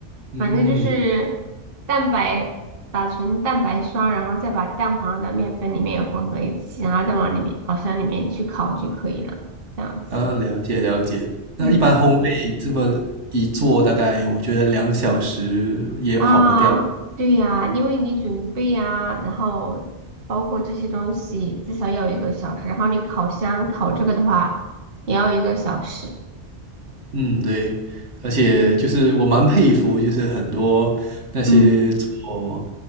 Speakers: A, on the right; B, on the right.
A: 嗯，
B: 反正就是蛋白打成蛋白霜，然后再把蛋黄的面粉里面混合一起，然后再往里面烤箱里面去烤就可以了。这样子，
A: 啊，了解了解。那一般烘焙这么一做，
B: 嗯
A: 大概我觉得两小时也跑不掉。
B: 啊，对呀，因为你准备呀，然后包括这些东西至少要一个小时，然后你烤箱烤这个的话也要一个小时。
A: 嗯，对，而且就是我蛮佩服，就是很多那些做
B: 嗯，